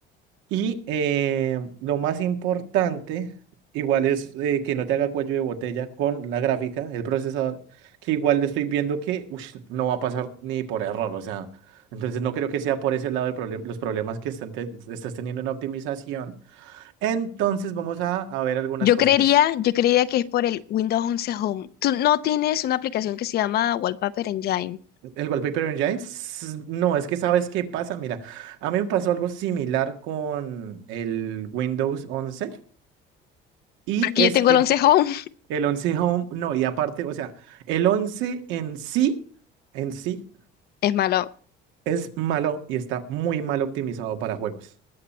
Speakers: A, on the right; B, on the left.
A: Y eh, lo más importante, igual es eh, que no te haga cuello de botella con la gráfica, el procesador, que igual le estoy viendo que ush, no va a pasar ni por error, o sea, entonces no creo que sea por ese lado el problema, los problemas que están te- estás teniendo en optimización. Entonces vamos a, a ver algunas
B: Yo
A: cositas.
B: creería, yo creería que es por el Windows 11 Home. Tú no tienes una aplicación que se llama Wallpaper Engine,
A: El Wallpaper en s- no, es que sabes qué pasa. Mira, a mí me pasó algo similar con el Windows 11 y
B: porque
A: es
B: yo tengo
A: que
B: el 11 Home. <laughs>
A: el 11 Home, no, y aparte, o sea, el 11 en sí, en sí,
B: Es malo,
A: es malo y está muy mal optimizado para juegos,